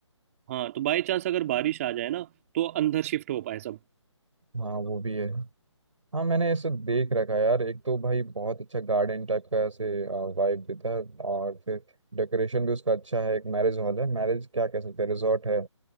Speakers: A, on the right (about 30°); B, on the right (about 80°).
A: हाँ तो बाय चांस अगर बारिश आ जाए ना तो अंदर शिफ्ट हो पाए सब
B: हाँ वो भी है हाँ मैंने ऐसे देख रखा है यार एक तो भाई बहुत अच्छा गार्डन टाइप का ऐसे वाइब देता है और फिर डेकोरेशन भी उसका अच्छा है एक मैरिज हॉल है मैरिज क्या कह सकते हैं रिसॉर्ट है